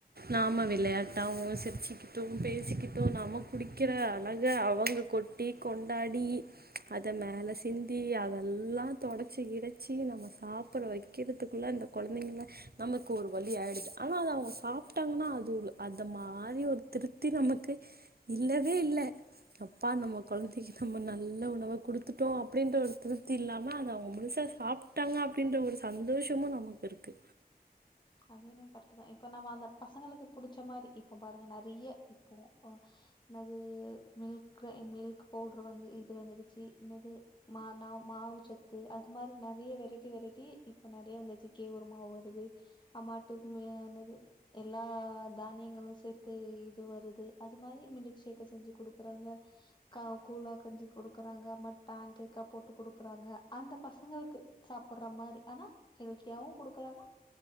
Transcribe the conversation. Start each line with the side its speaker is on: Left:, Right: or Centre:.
Right: நாம விளையாட்டாவு சிரிச்சிக்கிட்டு பேசிக்கிட்டு நம குடிக்கிற அழக அவங்க கொட்டி கொண் கொண்டாடி அத மேல சிந்தி அதெல்லா தொடச்சி கிடச்சி நம்ம சாப்பிட வைக்கிறதுக்குள்ள இந்த கொழந்தைங்கள நமக்கு ஒரு வழி ஆயிடுது ஆனா அத அவங்க சாப்ட்டாங்கன்னா அது அந்த மாரி ஒரு திருப்தி நமக்கு இல்லவே இல்ல அப்பா நம்ம கொழந்தைக் நம்ம நல்ல உணவ கொடுத்துட்டோ அப்படின்ற ஒரு திருப்தி இல்லாம அத அவங்க முழுசா சாப்ட்டாங்க அப்படின்ற ஒரு சந்தோஷமு நமக்கு இருக்கு
Left: அது என்னவோ கரெக்ட் தா இப்ப நம்ம அந்த பசங்களுக்கு புடிச்ச மாரி இப்ப பாருங்க நெறைய இப்போ என்னது மில்க் மில்க் பவுடர் வந்து இது வந்துடுச்சு என்னது மா மாவு சத்து அது மாரி நெறைய வெரைட்டி வெரைட்டி இப்போ நெறைய வந்துடுச்சு கேவூர் மாவு வருது அம்மாட்டு என்னது எல்லா தானியங்களும் சேத்து இது வருது அது மாரி மில்ஷேக்க செஞ்சு கொடுக்குறாங்க கா கூழா கஞ்சு கொடுக்குறாங்க பேன் கேக்கா போட்டு குடுக்குறாங்க அந்த பசங்களுக்கு சாப்பிடுற மாரி ஆனா ஹெல்த்தியாவு குடுக்குறாங்க